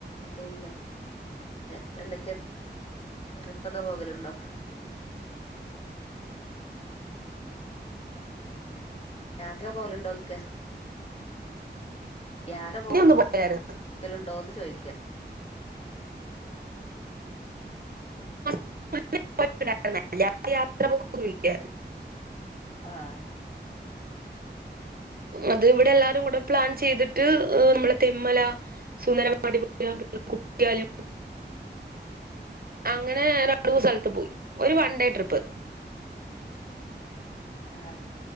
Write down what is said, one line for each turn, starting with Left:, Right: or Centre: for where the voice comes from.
Left: പിന്നെ ആ എന്തൊക്കെയ ട്രിപ്പൊക്കെ പോകലുണ്ടോ <inaudible> യാത്ര പോവലുണ്ടോലിക്ക യാറ് <unintelligible> പോലുണ്ടോന്ന്
Right: ഒന്ന് പോയായിരുന്നു
Left: ചോയ്ക്ക
Right: <unintelligible> യാത്ര പോക്ക് ഒന്നുല്ല
Left: ആഹ
Right: അത് ഇവിടെ എല്ലാരും കൂടെ പ്ലാൻ ചെയ്തിട്ട് ഏ നമ്മള് തെമ്മല, സുന്ദരമാടി <unintelligible> പിന്നെ കുട്ടിയാലും
Left: <inaudible>
Right: അങ്ങനെ രണ്ട് മൂന്ന് സ്ഥലത്ത് പോയി
Left: ആഹ്
Right: ഒരു വൺ ഡേ ട്രിപ്പ്
Left: ആഹ്